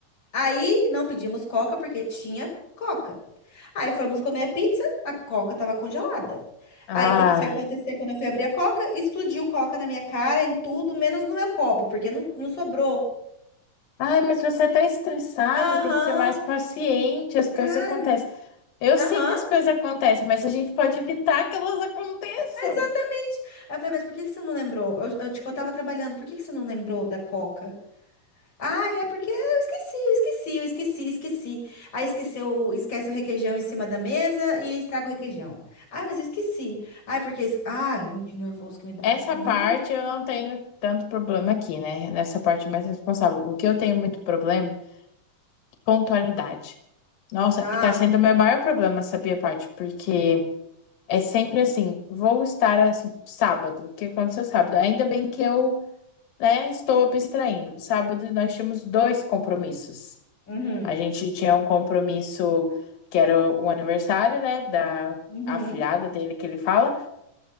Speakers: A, on the left (about 30°); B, on the left (about 85°).
A: Aí não pedimos Coca porque tinha Coca. Aí fomos comer a pizza, a Coca estava congelada.
B: Ah.
A: Aí o que que foi acontecer quando eu fui abrir a Coca? Explodiu Coca na minha cara, em tudo, menos no meu copo, porque não, não sobrou.
B: Ai, mas você tá estressado,
A: Aham,
B: tem que ser mais paciente, as coisas
A: cara,
B: acontecem. Eu sei
A: aham.
B: que as coisas acontecem, mas a gente pode evitar que elas aconteçam.
A: Exatamente. Aí eu falei, mas por que que você não lembrou? Eu, eu, tipo, eu tava trabalhando, por que que você não lembrou da Coca? Ah, é porque eu esqueci, eu esqueci, eu esqueci, esqueci. Aí esqueceu, esquece o requeijão em cima da mesa e estraga o requeijão. Ah, mas eu esqueci. Ah, é porque... es- Ai, ui, que nervoso que me dá.
B: Essa
A: Um monte
B: parte
A: de...
B: eu não tenho tanto problema aqui, né? Nessa parte mais responsável. O que eu tenho muito problema, é pontualidade. Nossa,
A: Ah,
B: tá sendo o meu maior problema, sabia, parte? Porque É sempre assim, vou estar assim, sábado. O que aconteceu sábado? Ainda bem que eu, né, estou abstraindo. Sábado nós tínhamos dois compromissos.
A: uhum,
B: A gente tinha um compromisso que era o aniversário, né, da
A: uhum,
B: afilhada dele que ele fala,